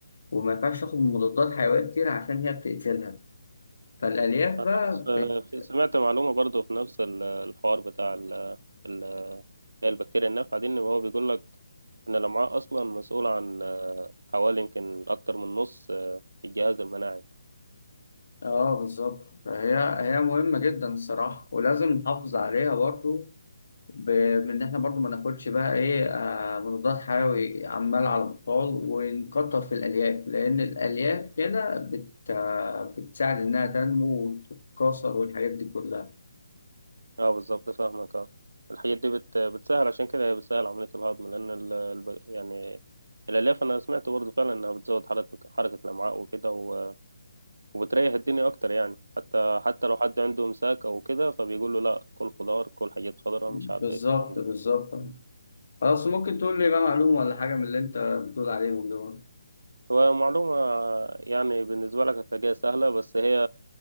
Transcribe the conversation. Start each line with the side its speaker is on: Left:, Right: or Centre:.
Left: وما ينفعش تاخد مضادات حيوية كتير عشان هي بتقتلها. فالألياف
Right: أنا
Left: بقى بت...
Right: س- سمعت معلومة برضه في نفس ال- الحوار بتاع ال- ال- البكتيريا النافعة دي ان هو بيقول لك ان الامعاء اصلا مسؤولة عن آه، حوالي يمكن اكتر من نص آه، الجهاز المناعي
Left: اه بالظبط فهي هي مهمة جدا الصراحة ولازم نحافظ عليها برضو ب... بإن احنا برضو ما ناخدش بقى ايه آه مضادات حيوي عمال على بطال ونكتر في الألياف لأن الألياف هنا بت... آه بتساعد إنها تنمو وتتكاثر والحاجات دي كلها
Right: اه بالظبط فاهمك اه الحاجات دي بت... بتسهل عشان كده هي بتسهل عملية الهضم لأن ال... الب- يعني الألياف أنا سمعت برضه فعلا إنها بتزود حركة حركة الأمعاء وكده و... وبتريح الدنيا أكتر يعني حتى حتى لو حد عنده إمساك أو كده فبيقول له لأ كل خضار كل حاجات خضراء
Left: بالظبط
Right: مش عارف إيه الكلام ده
Left: بالظبط خلاص ممكن تقول لي بقى معلومة ولا حاجة من اللي أنت بتقول عليهم دول
Right: هو معلومة يعني بالنسبة لك هتلاقيها سهلة بس هي